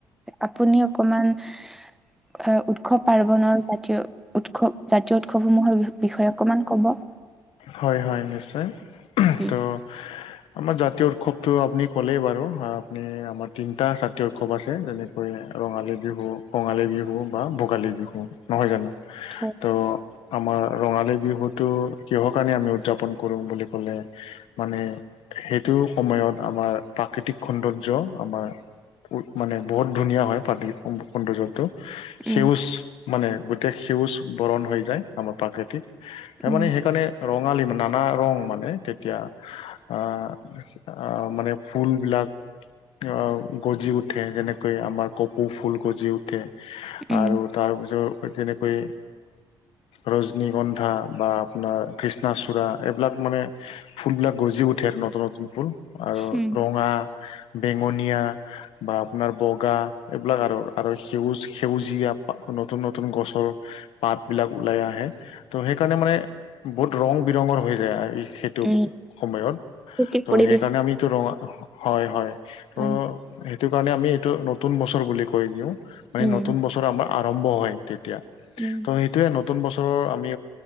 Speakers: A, in the centre; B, on the left.
A: আপুনি অকণমান উৎসৱ পাৰ্বনৰৰ জাতীয়- উৎসৱ জাতীয় উৎসৱসমূহৰ বি বিষয়ে অকণমান ক'ব।
B: হয় হয় নিশ্চয়,
A: উম
B: তো আমাৰ জাতীয় উৎসৱতটো আপুনি ক'লেই বাৰু আপুনি আমাৰ তিনিটা জাতীয় উৎসৱ আছে যেনে- ৰঙালী বিহু কঙালী বিহু বা ভোগালী বিহু নহয় জানো।
A: হয়।
B: ত' আমাৰ ৰঙালী বিহুটো- কিহ কাৰনে আমি উদযাপন কৰোঁ বুলি ক'লে। মানে সেইটো সময়ত আমাৰ প্ৰাকৃতিক সৌন্দৰ্য্য আমাৰ। মানে বহুত ধুনীয়া হয় পতি সৌন্দৰ্য্যটো
A: উম
B: সেউজ মানে- গোটেই সেউজ বৰণ হৈ যায় আমাৰ প্ৰাকৃতিক সেই
A: উম
B: মানে সেই- কাৰানে ৰং আলি ম না না ৰং মানে তেতিয়া আহঁ- অঁ মানে ফুল বিলাক- অঁ গজি উঠে যেনেকৈ আমাৰ কপৌ ফুল গজি উঠে। উঠে,
A: উম
B: আৰু তাৰপিছত- তেনেকৈ ৰজনীগন্ধা বা- আপোনাৰ কৃষ্ণাচূড়া এইবিলাক মানে ফুলবিলাক গজি উঠে আৰু নতুন নতুন ফুল। আৰু
A: উম
B: ৰঙা বেঙুনীয়া বা আপোনাৰ বগা এইবিলাক আৰু।। আৰু সেউজ সেউজীয়া নতুন নতুন গছৰ পাতবিলাক ওলাই আহে। ত' সেই কাৰণে মানে বহুত ৰং বিৰঙৰ হৈ যায় খেতি। এইটো
A: উম
B: সময়ত
A: প্ৰতীক
B: ত'
A: পৰিৱেশ
B: সেইকাৰণে আমিতো ৰঙা হয় হয়। ত'-
A: হয়
B: সেইটো কাৰণে আমি এইটো নতুন বছৰ বুলি কৈ দিওঁ মানে
A: উম
B: নতুন বছৰ আমাৰ- আৰম্ভ হয় তেতিয়া।
A: উম
B: তো সেইটোৱে নতুন বছৰৰ আমি